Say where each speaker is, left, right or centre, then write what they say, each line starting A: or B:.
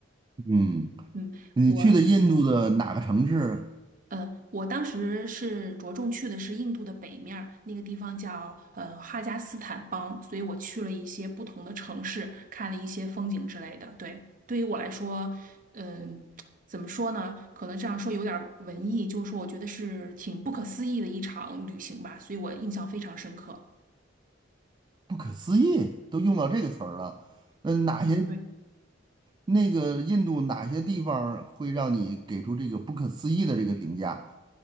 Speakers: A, on the right; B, on the right.
A: 嗯，
B: 嗯，
A: 你去的印度的哪个城市？
B: 我。呃，我当时是着重去的是印度的北面儿，那个地方叫呃哈加斯坦邦，所以我去了一些不同的城市，看了一些风景之类的。对，对于我来说，嗯、怎么说呢？可能这样说有点儿文艺，就是说我觉得是挺不可思议的一场旅行吧，所以我印象非常深刻。
A: 不可思议，都用到这个词儿了。嗯，哪些
B: 对。
A: 那个印度哪些地方儿会让你给出这个不可思议的这个评价？